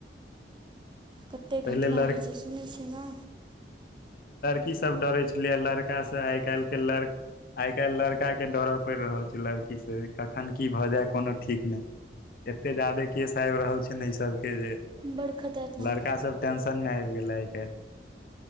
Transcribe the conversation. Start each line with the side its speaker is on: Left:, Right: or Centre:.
Right: कतेक
Left: पहिले
Right: घटना
Left: लड़की
Right: होइ छै सुनै छियै ने
Left: की सब डरे छलिय लड़का से आई काल् के लड़ आई काल् लड़का के डर पड़ रहल छै लड़की कखन की भए जाय कोनो ठीक ने एते जादे केस आब रहल छै ने इ सब के जे
Right: बड़ खतरनाक
Left: लड़का
Right: छै
Left: सब टेंशन मे आबि गेले आइ काल्हि